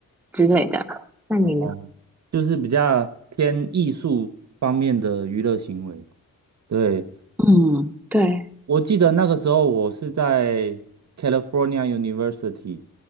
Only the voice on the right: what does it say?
哦，就是比较偏艺术方面的娱乐行为。对，
我记得那个时候我是在 California University